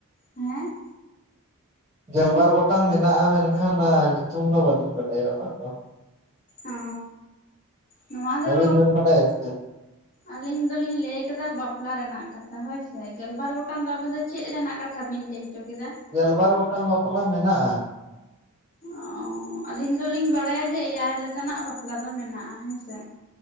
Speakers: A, on the left; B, on the right.
A: ᱦᱮᱸ?
B: ᱜᱮᱞᱵᱟᱨ ᱜᱚᱴᱟᱝ ᱢᱮᱱᱟᱜᱼᱟ ᱢᱮᱱᱠᱷᱟᱱ ᱧᱩᱛᱩᱢ ᱫᱚ ᱵᱟᱹᱞᱤᱧ ᱵᱟᱰᱟᱭᱟ ᱩᱱᱟᱜ ᱫᱚ
A: ᱚᱻ ᱱᱚᱣᱟ ᱫᱚ
B: ᱟᱹᱵᱤᱱ ᱵᱤᱱ ᱵᱟᱰᱟᱭᱟ ᱥᱮ ᱪᱮᱫ
A: ᱟᱹᱞᱤᱧ ᱫᱚᱞᱤᱧ ᱞᱟᱹᱭ ᱟᱠᱟᱫᱟ ᱵᱟᱯᱞᱟ ᱨᱮᱱᱟᱜ ᱠᱟᱛᱷᱟ ᱦᱳᱭᱥᱮ ᱜᱮᱞᱵᱟᱨ ᱜᱚᱴᱟᱝ ᱫᱚ ᱟᱵᱤᱱ ᱫᱚ ᱪᱮᱫ ᱨᱮᱱᱟᱜ ᱠᱟᱛᱷᱟ ᱵᱤᱱ ᱞᱟᱹᱭᱼᱼ ᱪᱚ ᱠᱮᱫᱟ
B: ᱜᱮᱞᱵᱟᱨ ᱜᱚᱴᱟᱝ ᱵᱟᱯᱞᱟ ᱢᱮᱱᱟᱜᱼᱟ᱾
A: ᱚ ᱟᱹᱞᱤᱧ ᱫᱚᱞᱤᱧ ᱵᱟᱲᱟᱭᱟ ᱡᱮ ᱮᱭᱟᱭ ᱞᱮᱠᱟᱱᱟᱜ ᱵᱟᱯᱞᱟ ᱫᱚ ᱢᱮᱱᱟᱜᱼᱟ ᱦᱮᱸᱥᱮ